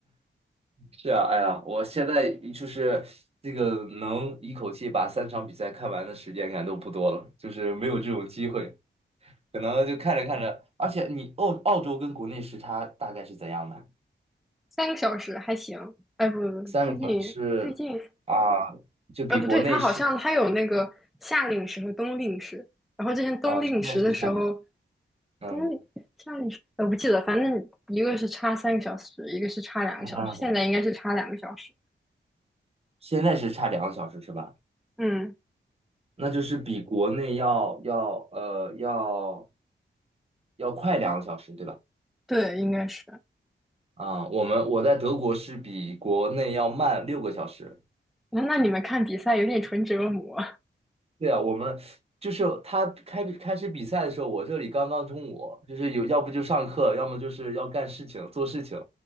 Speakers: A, on the right; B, in the centre.
A: 是啊，哎呀，我现在就是这个能一口气把三场比赛看完的时间感都不多了，就是没有这种机会，可能就看着看着，而且你澳澳洲跟国内时差大概是怎样的？
B: <laughs> 三个小时还行。哎不不，不最近最近
A: 三个小时是啊，就比国内是
B: 呃，不对，它好像它有那个夏令时和冬令时。然后之前冬令时的时候，
A: 啊，现在是差两，嗯，
B: 冬令夏令时，呃我不记得，反正一个是差三个小时，一个是差两个小时，
A: 看看吧
B: 现在应该是差两个小时。
A: 现在是差两个小时是吧？
B: 嗯，
A: 那就是比国内要要呃要要快两个小时对吧？
B: 哦，对，应该是。
A: 啊，我们我在德国是比国内要慢六个小时。
B: 那那你们看比赛有点纯折磨。
A: 对啊，我们就是他开开始比赛的时候，我这里刚刚中午，就是有要不就上课，要么就是要干事情做事情，